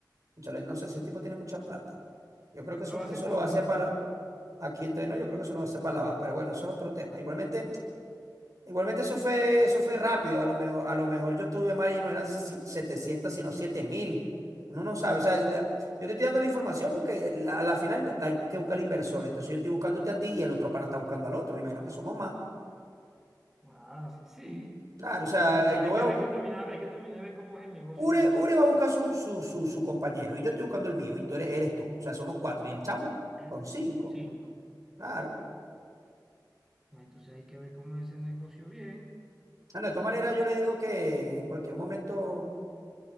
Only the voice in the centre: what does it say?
Lo
hace
por
gusto.
Ah, sí, sí.
O sea,
hay
que,
hay
que terminar, hay que terminar de ver cómo es el negocio
como tal.
<clears throat>
Cinco.
Ah, Entonces hay que ver cómo es ese negocio bien.